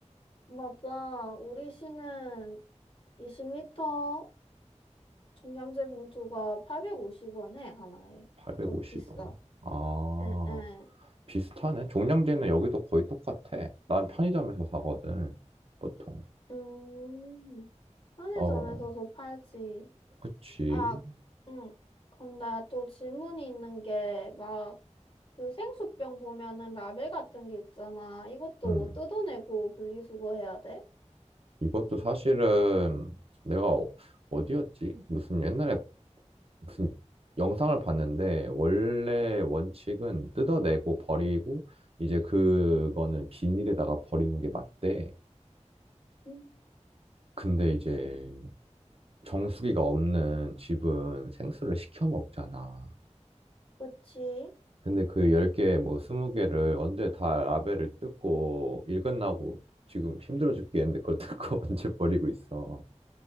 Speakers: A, on the left; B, on the right.
A: 맞아. 우리 시는 20리터 종량제 봉투가 850원 해, 하나에.
B: 850원.
A: 좀 비싸.
B: 아.
A: 응, 응.
B: 비슷하네. 종량제는 여기도 거의 똑같아. 난 편의점에서 사거든, 보통.
A: 음, 편의점에서도
B: 어,
A: 팔지.
B: 그치.
A: 아, 응. 근데 또 질문이 있는 게, 막, 그 생수병 보면은 라벨 같은 게 있잖아. 이것도
B: 음.
A: 뜯어내고 분리수거해야 돼?
B: 이것도 사실은 내가 어- 어디였지? 무슨 옛날에 무슨 영상을 봤는데, 원래 원칙은 뜯어내고 버리고, 이제 그거는 비닐에다가 버리는 게 맞대.
A: 음,
B: 근데
A: 음.
B: 이제 정수기가 없는 집은 생수를 시켜 먹잖아.
A: 그치?
B: 근데 그 10개, 뭐 20개를 언제 다 라벨을 뜯고 일 끝나고 지금 힘들어 죽겠는데 그걸 뜯고 <laughs> 언제 버리고 있어.